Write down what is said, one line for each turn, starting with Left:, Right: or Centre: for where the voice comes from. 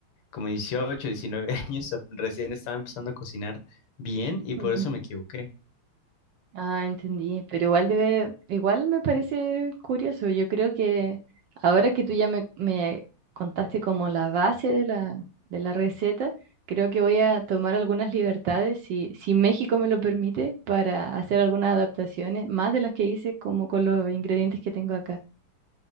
Left: como 18 19 <laughs> años, recién estaba empezando a cocinar bien y
Right: Ujú.
Left: por eso me equivoqué.
Right: Ah, entendí, pero igual debe, igual me parece curioso. Yo creo que ahora que tú ya me, me contaste como la base de la, de la receta, creo que voy a tomar algunas libertades, si, si México me lo permite, para hacer algunas adaptaciones, más de las que hice como con los ingredientes que tengo acá.